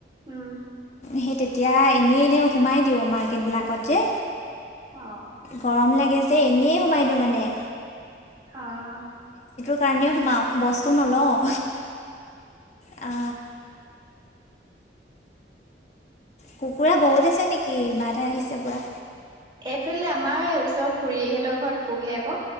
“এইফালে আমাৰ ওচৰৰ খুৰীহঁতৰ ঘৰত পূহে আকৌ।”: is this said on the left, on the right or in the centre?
Right